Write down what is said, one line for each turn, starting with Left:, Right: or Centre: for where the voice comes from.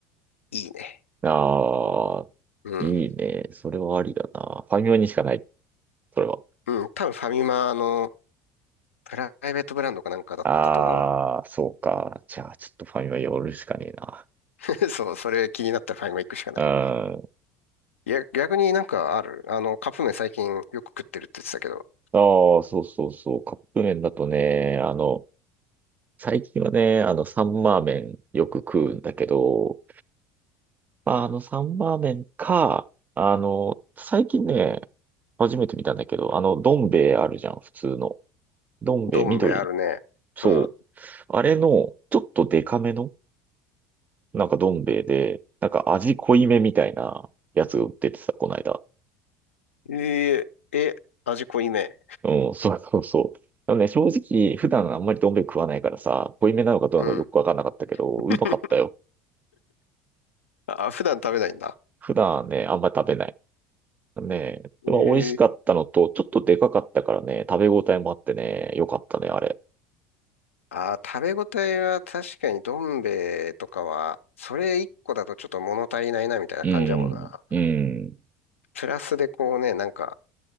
Left: いいね。
Right: ああ、
Left: うん。
Right: いいね。それはありだな。ファミマにしかない。それは。
Left: うん。多分ファミマのプライベートブランドかなんかだったと思
Right: ああ、そうか。じゃあ、ちょっとファミマ寄るしかねえな。
Left: う。<laughs> そう、それ気になったらファミマ行くしかない。
Right: うん。
Left: いや、逆になんかある。あの、カップ麺最近よく食ってるって言ってたけど、
Right: ああ、そうそうそう。カップ麺だとね、あの、最近はね、あの、サンマー麺よく食うんだけど、まあ、あの、サンマー麺か、あの、最近ね、初めて見たんだけど、あの、どん兵衛あるじゃん、普通の。どん兵衛緑。
Left: どん兵衛あるね。
Right: そう。
Left: うん。
Right: あれの、ちょっとデカめのなんかどん兵衛で、なんか味濃いめみたいなやつが売っててさ、こないだ。
Left: えええ、味濃いめ。
Right: うん、そうそうそう。でもね、正直、普段あんまりどん兵衛食わないからさ、濃いめなのかどうなのかよくわかんなかったけど、
Left: うん。<laughs>
Right: うまかったよ。
Left: あ、普段食べないんだ。
Right: 普段ね、あんまり食べない。ねえ、
Left: ええ
Right: まあ、美味しかったのと、ちょっとでかかったからね、食べ応えもあってね、よかったね、あれ。
Left: あー、食べ応えは確かにどん兵衛とかは、それ一個だとちょっと物足りないなみたいな感じだもんな。
Right: うん、うん、
Left: プラスでこうね、なんか、